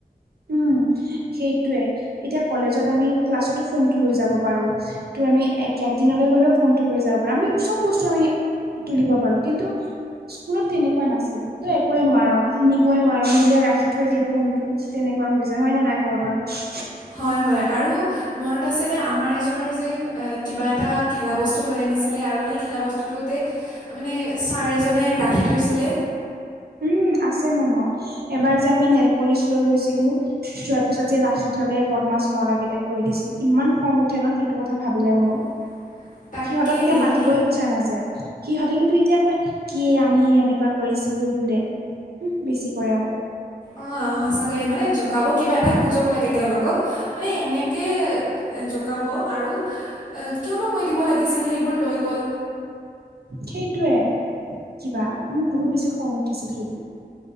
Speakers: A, on the right; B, on the left.
A: উম, সেইটয়ে এতিয়া কলেজত আমি ক্লাছতো ফোনটো লৈ যাব পাৰো। তো আমি কেণ্টিনলৈ গ'লেও ফোনতটো লৈ যাব পাৰো, আমি চব বস্তু আমি তুলিব পাৰো, কিন্তু স্কুলত তেনেকুৱা নাছিল, তই একোৱে নোৱাৰ, নিবই নোৱাৰ, নিলে ৰাখি থৈ দিয়ে ফোনটো। তেনেকুৱা হৈ যায় হয়, নে, নাই ক, তই।
B: হয়, হয় আৰু মনত আছেনে, আমাৰ এজনৰ যে কিবা এটা খেলা বস্তু লৈ আনিছিলে আৰু সেই খেলা বস্তুটোতে মানে ছাৰ এজনে ৰাখি থৈছিলে।
A: উম, আছে মনত এবাৰ যে আমি নেলপলিচ লৈ গৈছিলো। চোৱাৰ পিছত যে ৰাখি থলে বদমাছ ল'ৰা কেইটাই কৈ দিছিল, ইমান খং উঠে ন, সেইটো কথা ভাবিলে মোৰ।
B: <inaudible> তাকেই
A: সিহতক এতিয়া মাতিবই
B: সেই
A: ইচ্ছা নাযায়, সিহঁতে কিন্তু এতিয়া কয় কি আমি এনেকুৱা কৰিছিলো। <unintelligible> বেছি কৰে অলপ।
B: অ', সঁচাকৈয় মানে জোকাব কিবা এটা সুযোগ লাগে তেওঁলোকক, মানে এনেকে জোকাব, আৰু কিয়নো কৈ দিব লাগিছিল সেইবোৰ লৈ গ'ল।
A: সেইটয়ে, কিবা মোৰ বহুত বেছি খং উঠিছিল সেইদিনা।